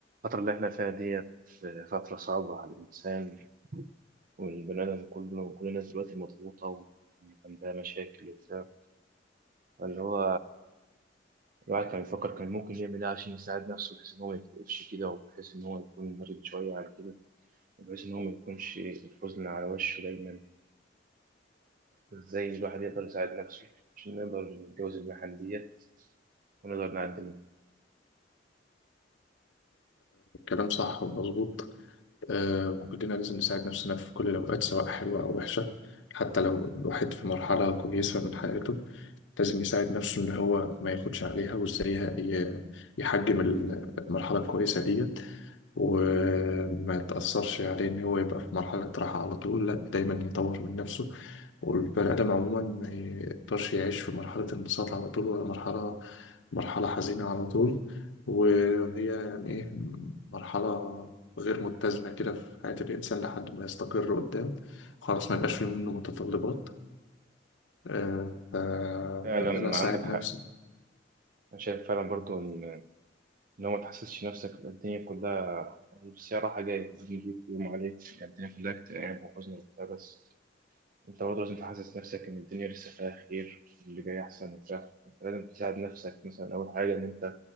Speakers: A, on the right; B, on the left.
A: الفترة اللي احنا فيها ديت فترة صعبة على الإنسان والبني آدم كله كل الناس دلوقتي مضغوطة وعندها مشاكل وبتاع فاللي هو الواحد كان بيفكر كان ممكن يعمل إيه عشان يساعد نفسه بحيث إن هو ميكتئبش كده وبحيث إن هو يكون مرن شوية عن كده وبحيث إن هو ميكونش الحزن على وشه دايما فإزاي الواحد يقدر يساعد نفسه عشان نقدر نتجاوز المحن ديت ونقدر نعدي منها
B: كلام صح ومظبوط آه وكلنا لازم نساعد نفسنا في كل الأوقات سواء حلوة أو وحشة حتى لو الواحد في مرحلة كويسة من حياته لازم يساعد نفسه إن هو ما ياخدش عليها وإزاي ي- يحجم المرحلة الكويسة دي وما تأثرش عليه إن هو يبقى في مرحلة راحة على طول لأ دايما يطور من نفسه والبني آدم عموما ما يقدرش يعيش في مرحلة انبساط على طول ولا مرحلة مرحلة حزينة على طول وهي يعني إيه مرحلة غير متزنة كده في حياة الإنسان لحد ما يستقر قدام خلاص ما يبقاش في منه متطلبات آه، ف-
A: فعلا
B: فإن أنا أساعد
A: عندك حق
B: نفسي
A: أنا شايف فعلا برضو إن إن هو ما تحسسش نفسك الدنيا كلها بس هي راحة جاية بنجيب يوم عليك يعني الدنيا كلها اكتئاب وحزن وبتاع بس أنت برضه لازم تحسس نفسك إن الدنيا لسه فيها خير اللي جاي أحسن وبتاع أنت لازم تساعد نفسك مثلا أول حاجة إن أنت